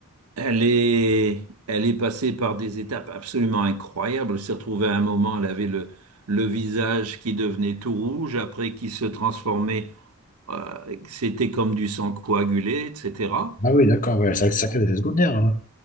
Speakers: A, on the right; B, on the left.
A: Elle est, elle est passée par des étapes absolument incroyables. Elle s'est retrouvée à un moment, elle avait le, le visage qui devenait tout rouge, après qui se transformait, euh, c'était comme du sang coagulé, etc.
B: Ah oui, d'accord, ouais, c'est sacré effet secondaire. hein.